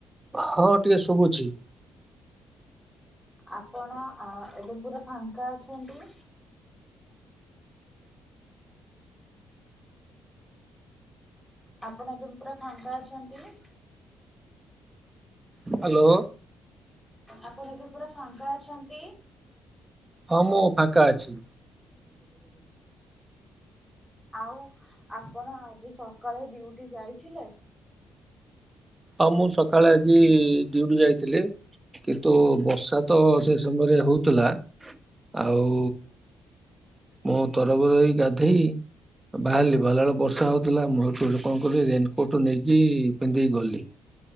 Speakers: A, on the right (about 15°); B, in the centre.
A: ହଁ ଟିକେ ଶୁଭୁଛି।
B: ଆପଣ ଆଁ ଏବେ ପୁରା ଫାଙ୍କା ଅଛନ୍ତି। ଆପଣ ଏବେ ପୁ ପୁରା ଫାଙ୍କା ଅଛନ୍ତି।
A: ହ୍ୟାଲୋ
B: ଆପଣ ଏବେ ପୁରା ଫାଙ୍କା ଅଛନ୍ତି।
A: ହଁ ମୁଁ ଫାଙ୍କା ଅଛି।
B: ଆଉ ଆପଣ ଆଜି ସକାଳେ ଡ୍ୟୁଟି ଯାଇଥିଲେ।
A: ହଁ ମୁଁ ସକାଳେ ଆଜି ଡିଉଟି ଯାଇଥିଲି। କିନ୍ତୁ ବର୍ଷା ତ ସେ ସମୟରେ ହଉଥିଲା ଆଉ ମୁଁ ତରବର ଏଇ ଗାଧେଇ ବାହାରିଲି ବାହାରିଲା ବେଳେ ବର୍ଷା ହଉଥିଲା ମୁଁ <unintelligible> କଣ କଲି ରେନକୋଟ ନେଇକି ପିନ୍ଧିକି ଗଲି।